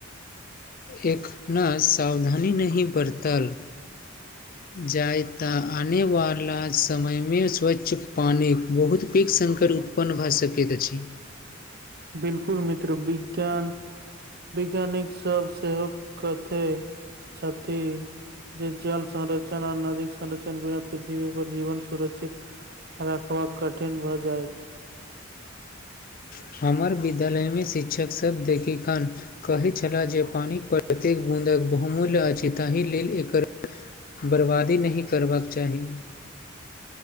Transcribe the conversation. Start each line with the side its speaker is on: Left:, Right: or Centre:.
Left: एखना सावधानी नहि बरतल। जाय तऽ आनेवाला समयमे स्वच्छ पानि बहुत पैघ संकट होयत। अपन भऽ सकैत अछि।
Right: बिल्कुल मित्र विज्ञान वैज्ञानिक सभ सेहो कहते छथि जे जल संरक्षण आ नदीक संरक्षण बिना पृथ्वी पर जीवन सुरक्षित रखबाक कठिन भऽ जायत।
Left: हमर विद्यालयमे शिक्षक सभ देखिक हन अखन ते अहाँके कमाल भऽ गेलै, सबटा अहाँके गाय, अपन दूध, अपन गाछक आम, अपन गाछक बरबादी नहि करबाक चाही